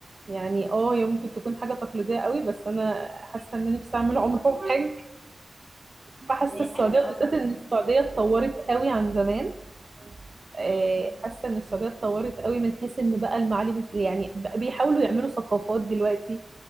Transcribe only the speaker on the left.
مم.
هي
حلوة أوي
عموما
مم.